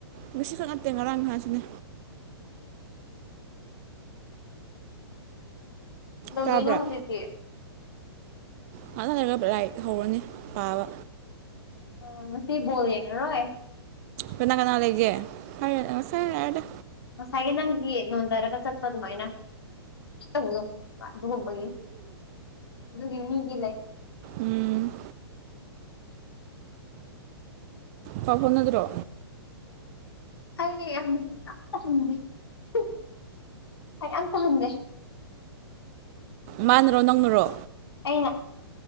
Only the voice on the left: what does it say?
ꯀꯗꯧꯗꯣꯏꯅ
ꯍꯧꯖꯤꯛꯇꯤ
ꯑꯥ ꯉꯁꯤ ꯕꯣꯜ ꯌꯦꯡꯉꯔꯣꯏ
ꯉꯁꯥꯏꯒꯤ ꯅꯪꯒꯤ ꯅꯣꯟꯗꯔꯒ ꯆꯠꯄ ꯑꯗꯨꯃꯥꯏꯅ ꯇꯧꯅꯣꯕ ꯑꯗꯨꯒꯨꯝꯕꯒꯤ ꯑꯗꯨꯒꯤ ꯃꯤꯒꯤ ꯂꯩ
ꯑꯩ ꯌꯥꯝ ꯃꯦꯁꯦꯁꯇ ꯑꯍꯟꯗꯦ ꯍꯨꯝ ꯑꯩ ꯑꯝꯇ ꯍꯟꯗꯦ
ꯑꯩꯅ